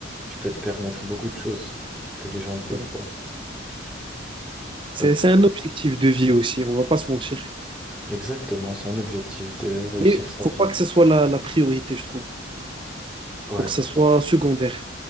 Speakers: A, in the centre; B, on the right.
A: tu peux te permettre beaucoup de choses que les gens ne peuvent
B: Ouais.
A: pas.
B: C'est
A: Donc,
B: c'est un objectif de vie aussi, on va pas se mentir.
A: exactement, c'est un objectif de réussir
B: Mais
A: sa
B: faut
A: vie.
B: pas que ce soit la, la priorité, je trouve.
A: Ouais,
B: Faut que ça soit secondaire.